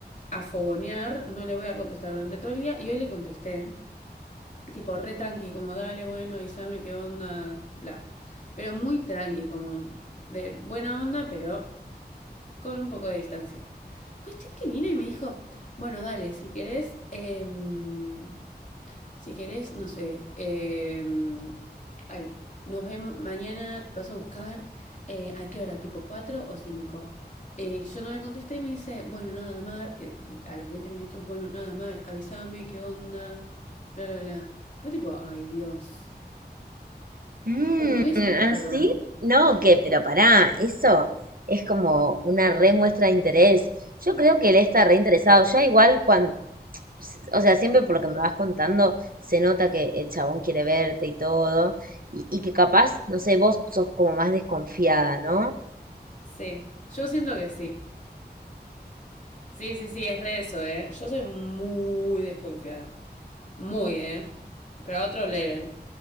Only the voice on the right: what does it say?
Mm,
así, no, ¿qué? pero pará, eso es como una re muestra de interés. Yo creo que él está re interesado. Ya igual cuando, o sea, siempre por lo que me vas contando, se nota que el chabón quiere verte y todo, y, y que capaz, no sé, vos sos como más desconfiada, ¿no?